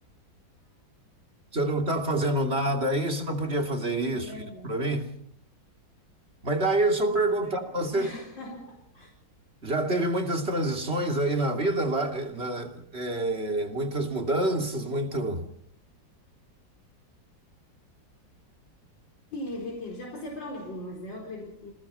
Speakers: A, on the right (about 35°); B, on the left (about 85°).
A: Você não está fazendo nada aí, você não podia fazer isso,
B: é verdade.
A: isso para mim? Mas daí deixa eu perguntar,
B: Então,
A: você
B: <laughs>
A: já teve muitas transições aí na vida, lá, eh, na- eh, muitas mudanças, muito.
B: Tive, tive. Já passei por algumas, né? Eu acredito que